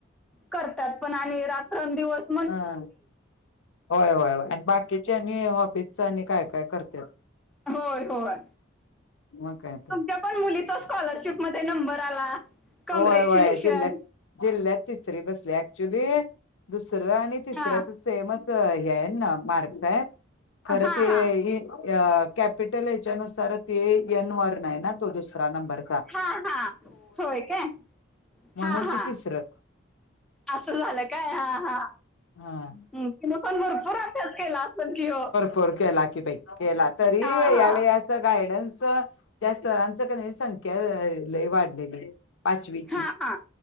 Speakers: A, in the centre; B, on the left.
A: करतात पण आणि रात्र अन दिवस.
B: हा होय होय आणि बाकीच्या आणि हॉबीचा आणि काय काय करत्यात.
A: होय होय
B: मग काय तर
A: तुमच्या पण मुलीचा स्कॉलरशिप मध्ये नंबर आला कॉंग्रॅच्युलेशन!
B: होय होय जिल्ह्यात जिल्ह्यात तिसरी बसली ऍक्च्युली दुसरं आणि तिसऱ्यातचं
A: हा
B: सेमच हे आहे ना मार्क्स आहेत खरं
A: हा
B: ते
A: हा
B: अ कॅपिटल याच्यानुसार ते एन वरनं आहे ना तो दुसरा नंबर
A: हा हा होय काय?
B: म्हणून
A: हा हा
B: ती तिसरं
A: असं झालं काय हा हा.
B: हा
A: हम्म कि तिने पण भरपूर असभ्याच केला असल कि हो?
B: पोर केला की ताई केला तरी
A: हा हा
B: यावेळी अ सं गायडन्स त्या स्तरांच क नाही संख्या अ लई वाढलेली. पाचवीची
A: हा हा